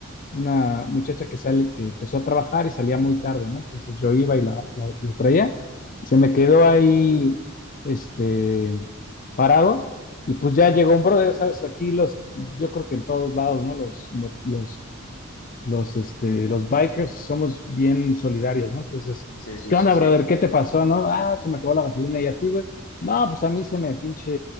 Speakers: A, on the left (about 40°); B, on the left (about 75°).
A: una muchacha que sale, que empezó a trabajar y salía muy tarde, ¿no? Entonces yo iba y la, la- lo traía, se me quedó ahí, este, parado, y pues ya llegó un brother, ¿sabes? Aquí los, yo creo que en todos lados, ¿no? Los, lo- los, los, este, los bikers somos bien solidarios, ¿no? Entonces,
B: Sí, sí,
A: ¿qué
B: sí,
A: onda,
B: sí.
A: brother? ¿Qué te pasó, no? Ah, se me acabó la gasolina y a ti, güey. No, pues a mí se me pinche